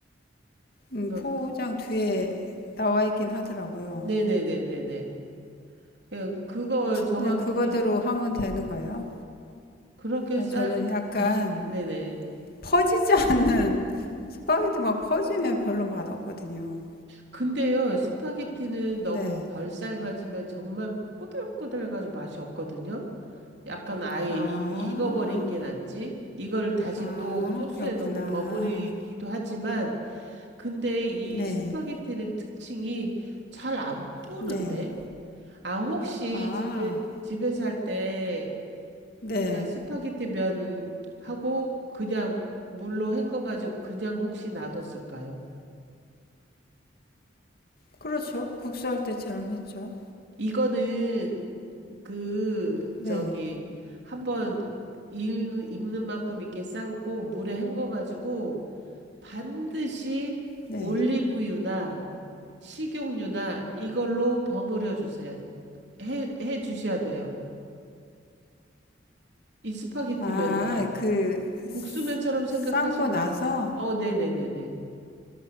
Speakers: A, on the left; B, on the right.
A: 음,
B: 그러니까
A: 포장 뒤에 나와 있긴 하더라고요.
B: 네네네네네. 예, 그거 정확히,
A: 그냥 그거대로 하면 되는 거예요.
B: 그렇게
A: 아,
B: 쌀,
A: 저는 약간
B: 네네.
A: 퍼지지 <laughs> 않는 스파게티 막 퍼지면 별로 맛없거든요.
B: 근데요, 스파게티는 너무
A: 네.
B: 덜 삶아지면 정말 꼬들꼬들해가지고 맛이 없거든요. 약간 아예
A: 아,
B: 이, 익어버린 게 낫지. 이거를 다시
A: 아,
B: 또 소스에
A: 그렇구나.
B: 넣고 버무리기도 하지만, 근데 이
A: 네,
B: 스파게티는 특징이 잘 안 뿌는데?
A: 네.
B: 아, 혹시
A: 아.
B: 집에, 집에서 할때
A: 네.
B: 그냥 스파게티 면 하고 그냥 물로 헹궈가지고 그냥 혹시 놔뒀을까요?
A: 그렇죠. 국수할 때처럼 했죠.
B: 이거는 그
A: 네.
B: 저기 한번 익- 익는 만큼 이렇게 삶고 물에 헹궈가지고 반드시
A: 네.
B: 올리브유나 식용유나 이걸로 버무려 주세요. 해, 해 주셔야 돼요. 이 스파게티면은요.
A: 아, 그
B: 국수면처럼 생각하시면
A: 삶고 나서
B: 어, 네네네네.